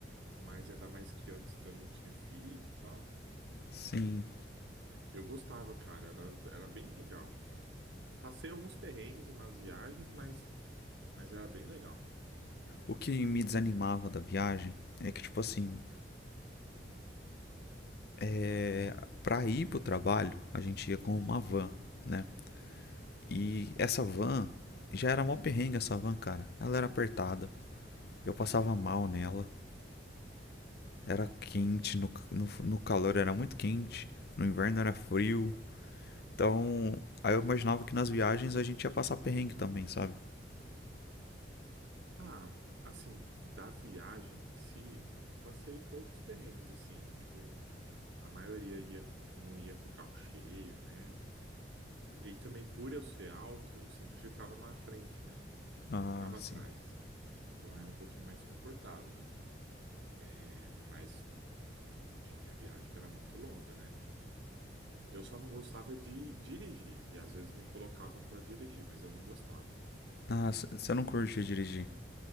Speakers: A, on the right; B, on the left.
A: mas ainda mais que antes eu não tinha filho e tal.
B: Sim.
A: Eu gostava, cara, era, era bem legal. Passei alguns perrengues nas viagens, mas, mas era bem legal.
B: O que me desanimava da viagem é que, tipo assim, é, pra ir pro trabalho, a gente ia com uma van, né? E essa van já era mó perrengue, essa van, cara. Ela era apertada, eu passava mal nela, era quente, no, no, no calor era muito quente, no inverno era frio. Então, aí eu imaginava que nas viagens a gente ia passar perrengue também, sabe?
A: Ah, assim, da viagem em si, passei poucos perrengues, assim, tipo, a maioria ia, não ia com o carro cheio, né? E também por eu ser alto, eu sempre ficava na frente, né? Não
B: Ah,
A: ficava
B: sim.
A: atrás. Então era um pouquinho mais confortável, né? Mas enfim, tinha viagem que era muito longa, né? Eu só não gostava de dirigir, e às vezes me colocavam pra dirigir, mas eu não gostava.
B: Ah, você não curtia dirigir.